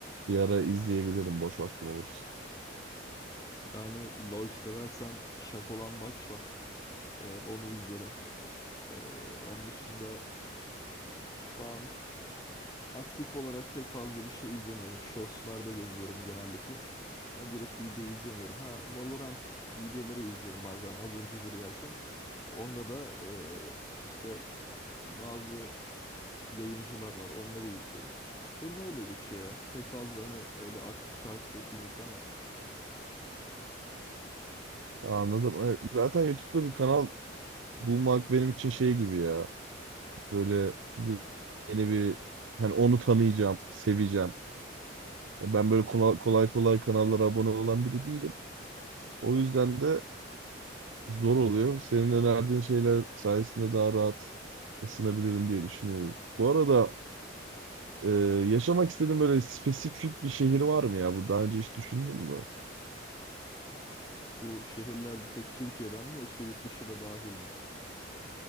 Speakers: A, on the right (about 90°); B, on the left (about 20°).
A: bir ara izleyebilirim boş vaktim olursa.
B: Yani LoL seversen Şakolan Maç var. Ee, onu izlerim. Ee, onun dışında şu an Aktif olarak pek fazla bir şey izlemiyorum. Shorts'larda geziyorum genellikle. Ama girip video izlemiyorum. Ha, Valorant videoları izliyorum bazen abur cubur yerken. Onda da eee, işte bazı yayıncılar var. Onları izliyorum. Benim öyle geçiyor ya. Pek fazla hani öyle aktif takip ettiğim insan yok.
A: Anladım. E, Zaten YouTube'da bir kanal bulmak benim için şey gibi ya. Böyle ye- yeni bir hani onu tanıyacağım, seveceğim. Ya Ben böyle kola- kolay kolay kanallara abone olan biri değilim. O yüzden de zor oluyor. Senin önerdiğin şeyler sayesinde daha rahat ısınabilirim diye düşünüyorum. Bu arada e, yaşamak istediğin böyle spesifik bir şehir var mı ya? Bu daha önce hiç düşündün mü?
B: Bu şehirler bir tek Türkiye'den mi yoksa yurt dışı da dahil mi?